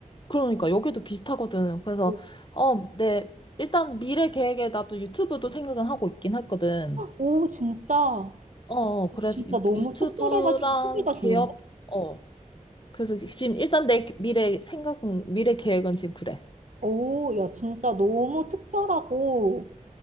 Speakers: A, on the left; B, on the right.
A: 그러니까 여기도 비슷하거든. 그래서
B: 오,
A: 어, 내 일단 미래 계획에 나도 유튜브도 생각은 하고 있긴 했거든.
B: 오, 진짜.
A: 어, 어, 그래서
B: 진짜
A: 유-
B: 너무
A: 유튜브랑
B: 특별해가지고 소개가
A: 기업
B: 좋은데?
A: 어. 그래서 지금 일단 내 미래 생각은 미래 계획은 지금 그래.
B: 오, 야, 진짜 너무 특별하고.